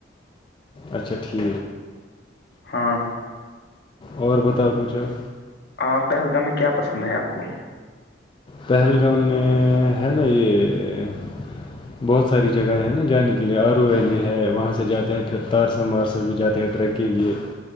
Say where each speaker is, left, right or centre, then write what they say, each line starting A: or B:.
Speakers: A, on the left (about 30°); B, on the left (about 60°).
A: اچھا ٹھیک
B: ہاں
A: اور بتاؤ کچھ آپ
B: ہ پہلگام میں کیا پسند ہے آپ کو
A: پہلگام میں ہے نا یہ بہت ساری جگہیں ہیں نا جانے کے لیے آرو ویلی ہے وہاں سے جاتے ہیں پھر تارسم وارسل بھی جاتے ہیں ٹریک کے لیے